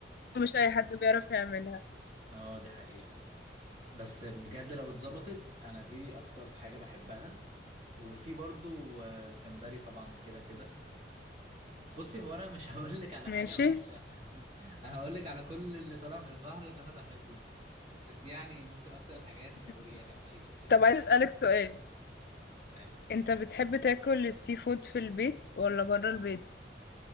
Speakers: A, on the left (about 55°); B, on the right (about 40°).
A: مش اي حد بيعرف يعملها
B: اه دي حقيقه بس بجد لو اتظبطت انا دي اكتر حاجه بحبها وفي برضو آه، جمبري طبعا ده كده كده بصي هو انا مش <laughs> هقول لك على
A: ماشي
B: حاجه وحشه <laughs> انا هقول لك على كل اللي طالع من البحر اللي انا بحبه بس يعني ممكن اكتر الحاجات
A: <laughs>
B: كابوريا جمبري صبيط
A: طب عايز اسألك سؤال
B: تسألي
A: انت بتحب تاكل السي فود في البيت ولا برا البيت